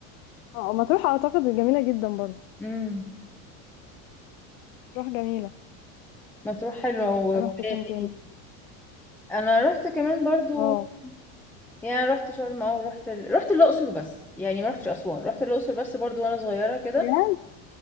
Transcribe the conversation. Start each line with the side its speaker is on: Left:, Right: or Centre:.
Left: اه مطروح اعتقد جميله جدا برضو
Centre: امم
Left: مطروح جميله
Centre: مطروح حلوة ومتهيألي
Left: رحت فين تاني
Centre: أنا رحت كمان برضو
Left: اه
Centre: يعني رحت شرم أو رحت ال... رحت الأقصر بس يعني ما رحتش أسوان رحت الأقصر بس برضو وأنا صغيرة كده
Left: بجد